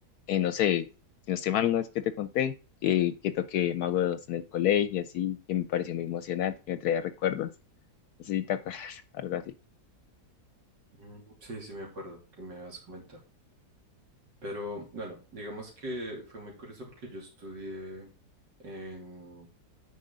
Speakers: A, on the left; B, on the right.
A: eh, no sé, si no estoy mal, una vez que te conté que, que toqué Mago de Oz en el colegio, así, que me pareció muy emocionante, que me traía recuerdos. No sé si te acuerdas, <laughs> algo así.
B: Mm, Sí, sí, me acuerdo que me habías comentado. Pero bueno, digamos que fue muy curioso porque yo estudié en, o